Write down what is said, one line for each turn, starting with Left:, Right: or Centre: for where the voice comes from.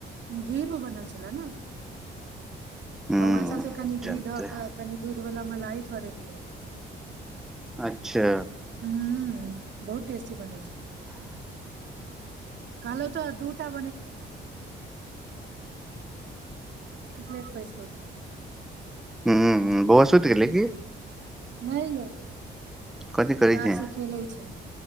Right: धीम बनल छल ने
Centre: ह
Right: बौआ चलते कनी घी
Centre: चलतै
Right: धऽ क कनि दूध बोला मलाह ो दे लियए
Centre: अच्छा
Right: ह बहुत टेस्टी बन तऽ द दह प्लेटैस
Centre: ह बौआ सुत गेलल की
Right: नहि यौ
Centre: कथी करै
Right: कार
Centre: छै ह
Right: से खेले छौ